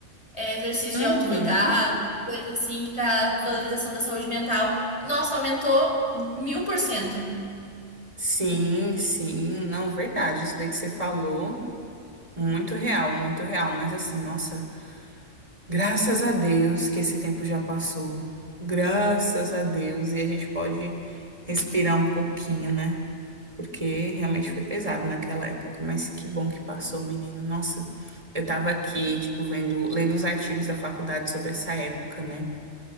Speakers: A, on the left; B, on the right.
A: é, exercício
B: Uhum.
A: de autocuidado, coisas assim para valorização da saúde mental. Nossa, aumentou mil por cento.
B: Sim, sim, não, verdade, isso daí que você falou, muito real, muito real, mas assim, nossa. Graças a Deus que esse tempo já passou. Graças a Deus. E a gente pode respirar um pouquinho, né? Porque realmente foi pesado naquela época. Mas que bom que passou, menino. Nossa, eu tava aqui, tipo, vendo, lendo os artigos da faculdade sobre essa época, né?